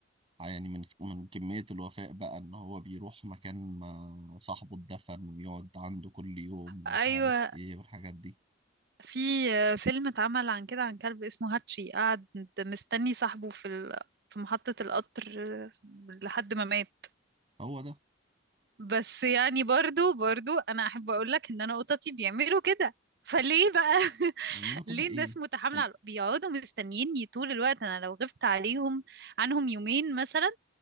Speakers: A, on the right (about 30°); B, on the right (about 55°).
A: يعني من من كمية الوفاء بقى إن هو بيروح مكان ما صاحبه اتدفن ويقعد عنده كل يوم ومش
B: ايوه
A: عارف إيه والحاجات دي
B: في فيلم اتعمل عن كده عن كلب اسمه هاتشي قعد مستني صاحبه في ال... في محطة القطر لحد ما مات
A: هو ده
B: بس يعني برضو برضو انا احب اقول لك ان انا قطتي بيعملوا كده فليه بقى <laughs>
A: فاعملوا كده
B: ليه
A: ايه
B: الناس متحاملة
A: ال-
B: على- بيقعدوا مستنيني طول الوقت انا لو غبت عليهم عنهم يومين مثلا